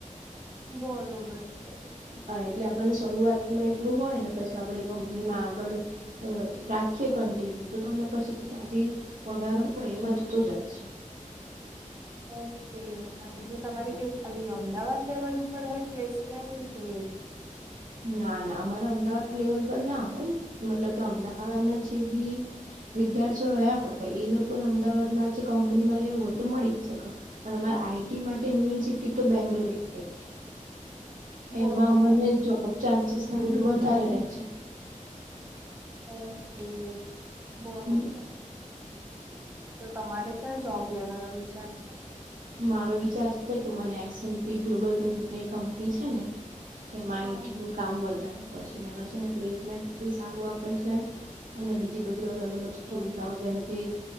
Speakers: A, on the right; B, on the right.
A: બરોબર છે.
B: હા, એટલે આપણને શરૂઆતમાં એટલું હોય ને પછી આપડે કંપનીમાં આગળ અહ રાખીએ કન્ટિન્યુ તો તમને પછી ત્યાંથી પગાર હોય એ વધતો જાય છે.
A: ઓકે અને જો તમારે
B: હમ.
A: કેવું ખાલી અમદાવાદ લેવલ ઉપર હોય કેસ લેન કે
B: ના ના અમારા અમદાવાદ લેવલ પર ના હોય મતલબ કે તો અમદાવાદ ના જે બી વિદ્યાર્થીઓ રહ્યા હોય એ લોકોને અમદાવાદ માં જે કંપનીમાં લેવું હોય તો મળી શકા. પણ અમારા આઈ ટી માટે મેઈન સિટી તો બેંગ્લોર કહેવાય.
A: બરોબર
B: એમાં મને જોબ ચાન્સીસ બધું વધારે રેહ છે.
A: ઓકે બરોબર.
B: હમ
A: તો તમારે ક્યાં જોબ લેવાનો વિચાર છે?
B: મારો વિચાર છે કે મને એસ એન પી ગ્લોબલ કરીની કંપની છે ને. એમાં
A: હા
B: આઈટી નું કામ વધારે હોય છેને એમાં છે ને પ્લેસમેન્ટ ી સારું આપે છે, અને બીજી બધી અલગ અલગ
A: બરોબર
B: સુવિધાઓ જેમ કે,